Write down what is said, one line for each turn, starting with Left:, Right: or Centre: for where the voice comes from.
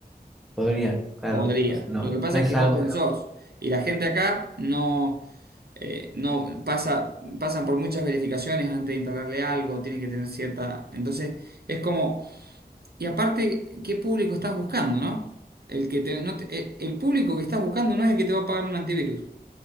Centre: Podría, claro.
Right: Podría.
Centre: O sea, no,
Right: Lo que pasa
Centre: no
Right: es
Centre: es
Right: que es
Centre: algo...
Right: open source y la gente acá no, eh, no pasa, pasan por muchas verificaciones antes de instalarle algo, tiene que tener cierta... Entonces, es como... Y aparte, ¿qué público estás buscando, no? El que te- no te- el el público que estás buscando no es el que te va a pagar un antivirus.